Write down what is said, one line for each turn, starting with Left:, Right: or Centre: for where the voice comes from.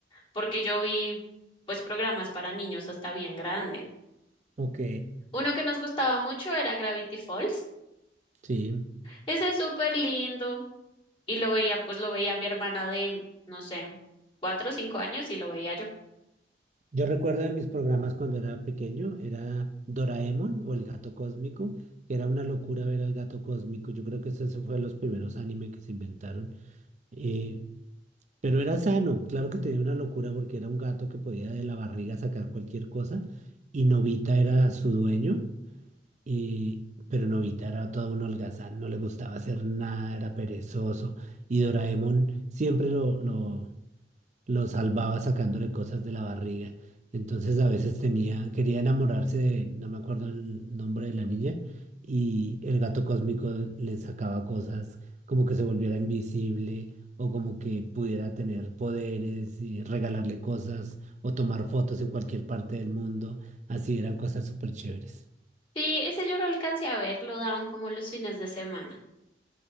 Left: porque yo vi pues programas para niños hasta bien grande.
Right: Ok,
Left: Uno que nos gustaba mucho era Gravity Falls.
Right: sí.
Left: Ese es súper lindo y lo veía, pues lo veía mi hermana de, no sé, cuatro o cinco años y lo veía yo.
Right: Yo recuerdo de mis programas cuando era pequeño, era Doraemon o El Gato Cósmico. Era una locura ver al Gato Cósmico. Yo creo que ese ese fue de los primeros anime que se inventaron. eh, pero era sano, claro que tenía una locura porque era un gato que podía de la barriga sacar cualquier cosa y Nobita era su dueño. Y, pero Nobita era todo un holgazán, no le gustaba hacer nada, era perezoso. Y Doraemon siempre lo, lo, lo salvaba sacándole cosas de la barriga. Entonces a veces tenía, quería enamorarse de, no me acuerdo el nombre de la niña, y el gato cósmico le sacaba cosas como que se volviera invisible o como que pudiera tener poderes y regalarle cosas o tomar fotos en cualquier parte del mundo. Así eran cosas súper chéveres.
Left: Sí, ese yo lo alcancé a ver, lo daban como los fines de semana.